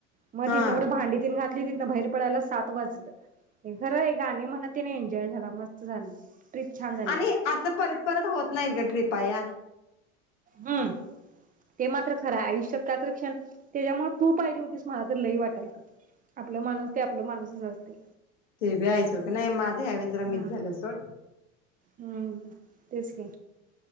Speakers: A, on the right; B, on the left.
A: म
B: हा
A: तिथंन पुढ भांडी तेन घात मी तिथनं बाहेर पडायला सात वाजलं. अं खरं आहे गाणी म्हणतिने जॉय झाला मस्त झालं. ट्रिप छान झाली
B: आणि, असं परत-परत होत नाहीत गं ट्रिप. पाया
A: हम्म, ते मात्र खरंय आयुष्यात काय तर क्षण, तेज्यामुळं तू पाहिजे होतीस मला तर लई वाटालत. आपलं माणूस ते आपल माणूसच असतंय.
B: ते बी आय सोड, का नाही माझं ह्यावेळेस जरा
A: हा
B: मिस झालं सोड.
A: हम्म तेच की.